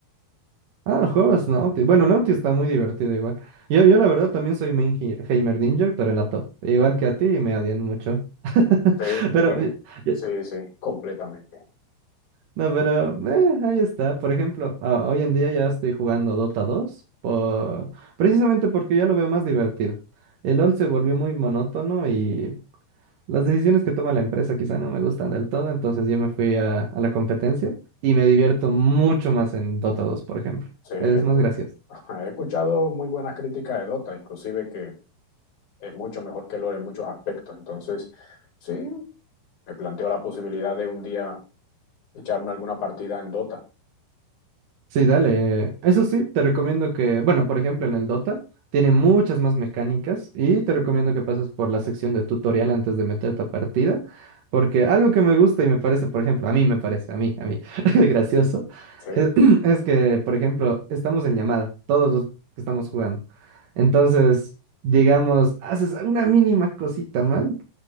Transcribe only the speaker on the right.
Ah, juegas Nauti. Bueno, Nauti está muy divertido igual. Yo, yo la verdad también soy main he- Heimerdinger, pero en la top. Igual que a ti, me odian mucho. <laughs>
Pero...
eh, eh,
No, pero eh, ahí está. Por ejemplo, ah, hoy en día ya estoy jugando Dota 2 por... precisamente porque ya lo veo más divertido. El LoL se volvió muy monótono y las decisiones que toma la empresa quizá no me gustan del todo, entonces yo me fui a, a la competencia y me divierto mucho más en Dota 2, por ejemplo.
Es más gracioso.
Sí, dale. Eso sí, te recomiendo que, bueno, por ejemplo, en el Dota tiene muchas más mecánicas y te recomiendo que pases por la sección de tutorial antes de meterte a partida, porque algo que me gusta y me parece, por ejemplo, a mí me parece, a mí, a mí, <laughs> gracioso,
es, <clears throat> es que, por ejemplo, estamos en llamada, todos los que estamos jugando. Entonces, digamos, haces una mínima cosita mal